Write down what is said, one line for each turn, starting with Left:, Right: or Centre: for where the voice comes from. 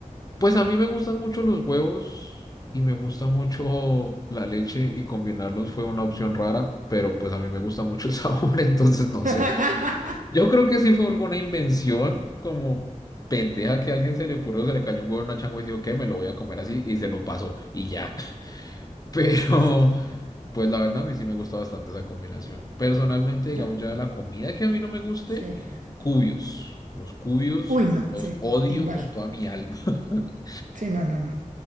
Left: Pues a mí me gustan mucho los huevos y me gusta mucho la leche y combinarlos fue una opción rara, pero pues a mí me gusta mucho el <laughs> sabor, entonces no
Right: <laughs>
Left: sé. Yo creo que sí fue alguna invención como pendeja que a alguien se le ocurrió, se le cayó un huevo en una changua y dijo que me lo voy a comer así y se lo pasó y ya. <laughs> Pero
Right: Es que
Left: pues la verdad a mí sí me gusta bastante esa combinación. Personalmente, digamos
Right: yo,
Left: ya la comida que a mí no me guste,
Right: sí.
Left: cubios. Los cubios
Right: Uy, no,
Left: los
Right: sí,
Left: odio
Right: igual.
Left: con toda mi alma <laughs>
Right: Sí, no, no, no,